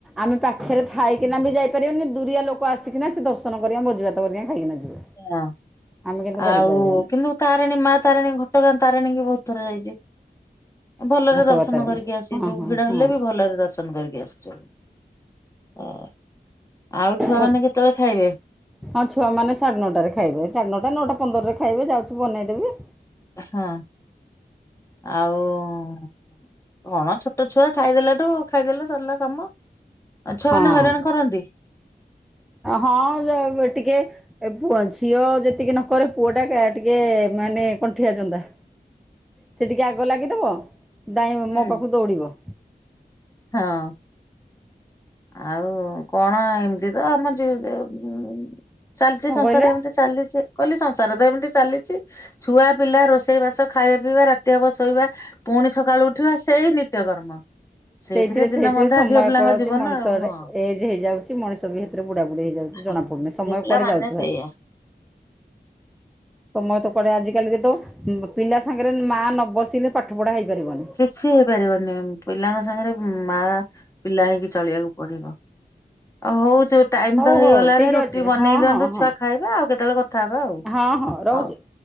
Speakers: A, in the centre; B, on the left.
A: ଆମେ ପାଖେରେ ଥାଇକିନା ବି ଯାଇ ଦୁରିଆ ଲୋକ ଆସିକିନା ସେ ଦର୍ଶନ କରିବା ଭୋଜିଭାତ କରିଵା ଖାଇକିନା ଯିବେ।
B: ହଁ
A: ଆମେ କିନ୍ତୁ କରିପାରିବାନି
B: ଆଉ କିନ୍ତୁ ତାରିଣୀ ମା ତାରିଣୀ ଘଟଗାଁ ତାରିଣୀ କି ବହୁତ ଥର ଯାଇଛି। ଭଲରେ
A: ଘଟଗାଁ
B: ଦର୍ଶନ
A: ତାରିଣୀ
B: କରିକି ଆସିିଚୁ
A: ହଁ ହଁ
B: ଭିଡ଼ ହେଲେ ବି ଭଲରେ ଦର୍ଶ ଦର୍ଶନ କରିକି ଆସୁଛୁ ହୁଁ, ଆଉ ଛୁଆ
A: ହଁ।
B: ମାନେ କେତେବେଳେ ଖାଇବେ?
A: ହଁ ଛୁଆ ମାନ ସାଢେ ନଅଟାରେ ଖାଇବେ ସାଢେ ନଅଟା ନଅଟା ପନ୍ଦରରେ ଖାଇବେ ଯାଉଛି ବନେଇଦେବି।
B: ହଁ ଆଉ। କଣ ଛୋଟ ଛୁଆ ଖାଇଦେଲାଠୁ ଖାଇଦେଲେ ସରିଲା କାମ, ଛୁଆ
A: ହଁ
B: ମାନେ ହଇରାଣ କରନ୍ତି?
A: ହଁ ଟିକେ। ଏ ପୁଅ ଝିଅ ଯେତିକି ନକରେ ପୁଅ ଟା ଟିକେ ମାନେ କଣ୍ଠିଆଜନ୍ଦା। ସେ ଟିକେ ଆଗ ଲାଗିଦବ ଦାଇଁ
B: ହୁଁ।
A: ମୋ ପାଖକୁ ଦୌଡିବ।
B: ହଁ। ଆଉ କଣ ଏମିତି ତ ଆମ <unintelligible> ଚାଲିଚି
A: କଣ
B: ସଂସାର
A: କହିଲେ
B: ଏମିତି ଚାଲିଛି। କହିଲି ସଂସାର ତ ଏମିତି ଚାଲିଛି ଛୁଆ ପିଲା ରୋଷେଇ ବାସ ଖାଇବା ପିଇବା ରା ରାତି ହବ ଶୋଇବା ପୁଣି ସକାଳୁ ଉଠିବା ସେଇ ନିତ୍ୟକର୍ମ।
A: ସେଇଥିରେ
B: ଦିନ
A: ସେଇଥିରେ
B: ବନ୍ଧା
A: ସମୟ
B: ଝିଅ ପିଲାଙ୍କ
A: ପଳଉଛି।
B: ଜୀବନ
A: ମଣିଷରେ
B: ଆଉ ହଁ।
A: ଏଜ୍ ହେଇଯାଉଛି ମଣିଷ ବି ହେଥିରେ ବୁଢା ବୁଢ଼ି ହେଇଯାଉଛି
B: ହଁ।
A: ଜଣା ପଡୁନି ସମୟ
B: ଝିଅ ପିଲା
A: କୁଆଡେ
B: ମାନେ
A: ଯାଉଛି
B: ସେଇଆ
A: ଭାରି। <unintelligible> ସମୟ ତ କୁଆଡେ ଆଜିକାଲିି ଯେ ତ ପିଲା ସାଙ୍ଗରେ ମା ନ ବସିଲେ ପାଠ ପଢା ହେଇପାରିବନି।
B: କିଛି ହେଇପାରିବନି ପିଲାଙ୍କ ସାଙ୍ଗରେ ମା ପିଲା ହେଇକି ଚଳିବାକୁ ପଡିବ। ହଉ ଯଉ ଟାଇମ
A: ହଉ
B: ତ ହେଇଗଲାଣି
A: ହଉ ଠିକ୍
B: ରୁଟି
A: ଅଛି
B: ବନେଇ
A: ହଁ
B: ଦିଅନ୍ତୁ
A: ହଁ ହଁ
B: ଛୁଆ ଖାଇବେ ଆଉ କେତେବେଳେ କ କଥା ହବା ଆଉ।
A: ହଁ ହଁ ରହୁଛି।
B: ହଉ।